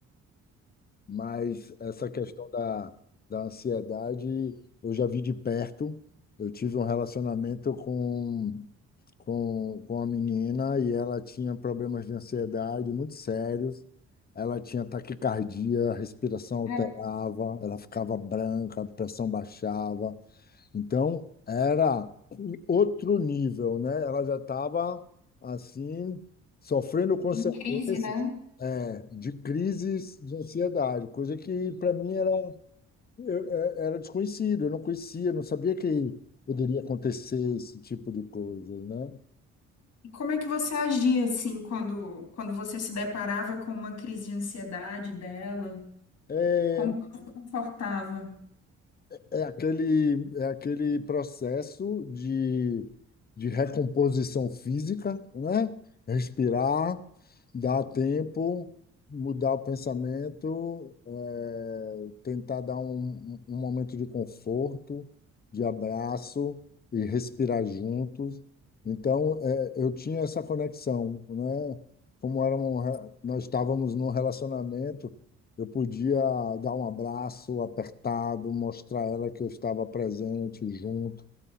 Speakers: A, on the left; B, on the left.
A: mas essa questão da, da ansiedade eu já vi de perto. Eu tive um relacionamento com com, com a menina e ela tinha problemas de ansiedade muito sérios. Ela tinha taquicardia, a respiração alterava,
B: Cara,
A: ela ficava branca, a pressão baixava. Então, era outro nível, né? Ela já estava, assim, sofrendo consequências,
B: Em crise, né?
A: é, de crises de ansiedade, coisa que para mim era, eu- é- era desconhecido, eu não conhecia, não sabia que poderia acontecer esse tipo de coisa, né?
B: E como é que você agia assim quando, quando você se deparava com uma crise de ansiedade dela?
A: É,
B: Como que você se confortava?
A: é aquele, é aquele processo de, de recomposição física, né? Respirar, dar tempo, mudar o pensamento, é, tentar dar um, um momento de conforto, de abraço e respirar juntos. Então, é, eu tinha essa conexão, né? Como era um re- nós estávamos num relacionamento. Eu podia dar um abraço apertado, mostrar a ela que eu estava presente, junto.